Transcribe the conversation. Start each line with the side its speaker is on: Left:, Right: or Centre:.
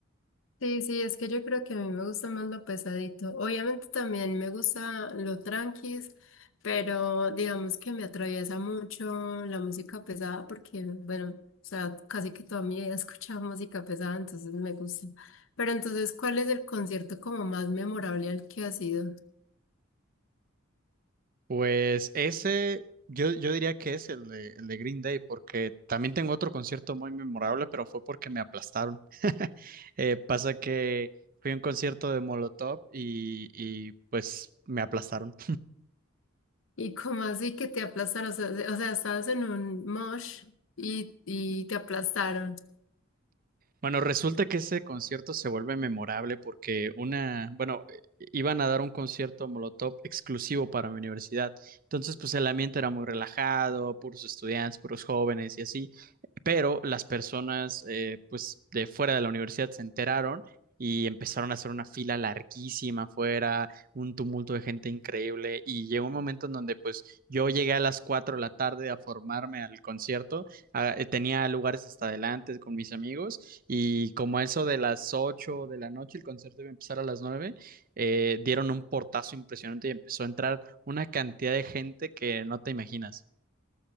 Left: Sí, sí, es que yo creo que a mí me gusta más lo pesadito. Obviamente también me gusta lo tranquis, pero digamos que me atraviesa mucho la música pesada porque, bueno, o sea, casi que toda mi vida he escuchado música pesada, entonces me gusta. Pero entonces, ¿cuál es el concierto como más memorable al que has ido?
Right: Pues ese, yo, yo diría que es el de, el de Green Day, porque también tengo otro concierto muy memorable, pero fue porque me aplastaron. <laughs> Eh, pasa que fui a un concierto de Molotov y, y pues me aplastaron.
Left: Y como así que te aplastaron, o sea, o sea, estabas en un mosh y, y te aplastaron.
Right: Bueno, resulta que ese concierto se vuelve memorable porque una, bueno, eh, iban a dar un concierto Molotov exclusivo para mi universidad. Entonces, pues el ambiente era muy relajado, puros estudiantes, puros jóvenes y así. Pero las personas, eh, pues de fuera de la universidad se enteraron y empezaron a hacer una fila larguísima afuera, un tumulto de gente increíble. Y llegó un momento en donde, pues yo llegué a las 4 de la tarde a formarme al concierto. Ah, eh, tenía lugares hasta adelante con mis amigos. Y como a eso de las 8 de la noche, el concierto iba a empezar a las 9, eh, dieron un portazo impresionante y empezó a entrar una cantidad de gente que no te imaginas.